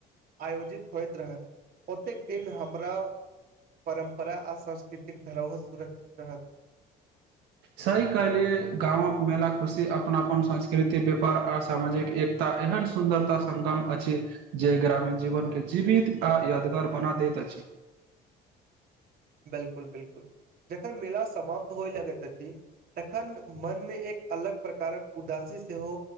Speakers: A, on the right; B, on the right.
A: आयोजित होइत रहत ओतेक दिन हमरा परम्परा आ सांस्कृतिक धरोहर सुरक्षित रहत
B: सही कहलिए गांवक मेला खुशी अपनापन संस्कृति व्यापार आ सामाजिक एकता एहन सुन्दरता सग्राम अछि जे ग्रामीण जीवन के जीवित आ यादगार बना दैत अछि
A: <inaudible> बिलकुल बिलकुल जखन मेला समाप्त होइ लगैत अछि तखन मनमे एक अलग प्रकारक उदासी सेहो